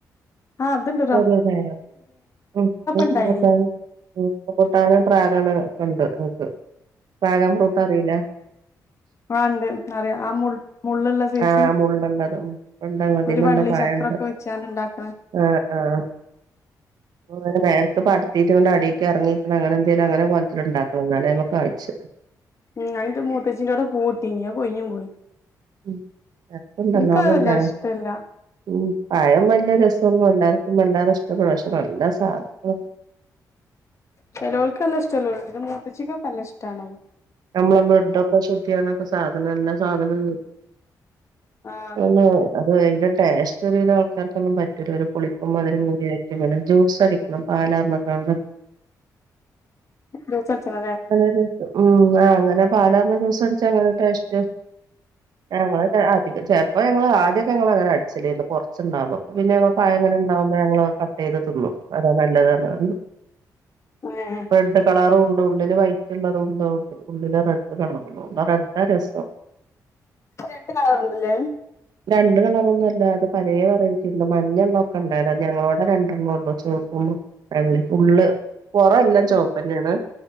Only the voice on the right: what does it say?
ഒരെ <unintelligible> ഉം <unintelligible>
ട്ടാനും ഉം കൊട്ടാന് ഡ്രാഗണ് ഒക്കണ്ട് ൻക്ക് ഡ്രാഗൺ ഫ്രൂട്ട് അറിയില്ലെ
ആഹ് മുള്ളുള്ളത് ഉം ഉണ്ട് അതിമ്മണ്ട്
പഴണ്ട്
ആഹ്, ആഹ് അങ്ങനെമേലെക്ക് പടർത്തിട്ട് ഈണ്ട് അടീക്ക് എർങ്ങീക്കണെ അങ്ങനെ എന്തേലും അങ്ങനെകോല്ത്തില് ഇണ്ടാക്കണം ഇന്നാലെഅയ്മേകായ്ച്ച
ഉം ചക്ക നല്ലോണം
ഉണ്ടാവും ഉം പയം വല്ല്യരെസൊന്നുല്ല എല്ലാർക്കും വല്ലാതെ ഇഷ്ടപ്പെട പക്ഷെന്നല്ലെ സാധന
ഞമ്മളെ ബ്ലഡൊക്കെ ശുദ്ധിയണൊക്കെണ സാധനന്നല്ലെ സാധനാണ്.
തെന്നേ അത് അയ്ന്റെ ടേസ്റ്റ് ഒരുവിധം ആൾക്കാർക്കൊന്നും പറ്റൂല ഒര് പുളിപ്പും മധുരകൂടിആയിറ്റ് ങ്ങനെ ജ്യൂസടി ക്കണം പാലാർന്ന്ക്കാണ്ട്.
അങ്ങനെരെസം ഉം ആഹ് അങ്ങനെ പാലാർന്ന് ജ്യൂസ്അടിച്ചാ അങ്ങനെരു ടേശ്റ്റ്. ഞങ്ങളൊക്കെ അധികം ചെൽപ്പോ ഞങ്ങള് ആദ്യയൊക്കെ ഞങ്ങള്ങ്ങനെ അടിച്ചിലരുന്നു കൊർച്ണ്ടാവുമ്പോ പ്പൊ പിന്നെഞങ്ങൾ പഴം ഇങ്ങനെ ഇണ്ടാകുമ്പോ ഞങ്ങൾ അത് കട്ടെയ്യ്ത് തിന്നും അതാന്നല്ലെത് പറഞ്ക്കാണ്ട്
റെഡ്കളറുണ്ട് ഉള്ളില് വൈറ്റ് ഉള്ളതുണ്ട് ഉള്ളില് റെഡ് കളറള്ളത്ണ്ട് ആഹ് റെഡാ രെസം.
രണ്ട് കളറൊന്നല്ല അത് പലേവെറൈറ്റി ഇണ്ട് മഞ്ഞെള്ളെ ഒക്കെഇണ്ടവുടെ ഞങ്ങളോടെ രണ്ടെണൊള്ളൂ ചോപ്പും വെള്ളീം ഉള്ള് പൊറം എല്ലാംചോപെന്നെണ്